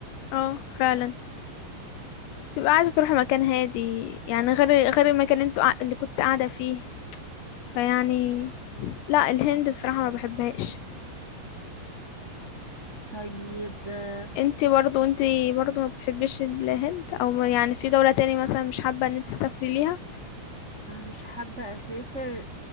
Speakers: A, on the left (about 85°); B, on the right (about 35°).
A: اه فعلا تبقى عايزة تروحي مكان هادي يعني غير غير المكان اللي انتوا قاع- اللي كنت قاعدة فيه فيعني لأ الهند بصراحة ما بحبهاش
B: طيب آه،
A: انت برضو انت برضو ما بتحبيش الهند او ما- يعني في دولة تاني مثلا مش حابة ان انت تسافري ليها
B: مش حابة أسافر